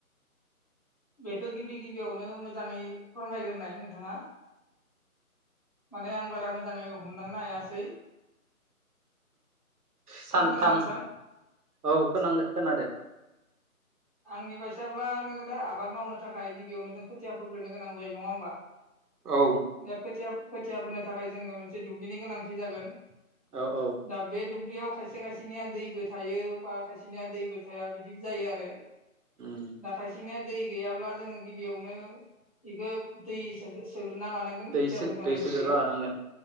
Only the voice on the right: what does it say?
सानथाम
औ खोनां-खोनादो।
औ
औ-औ।
उम
दै
सो
दै सोग्रोना
लानांगोन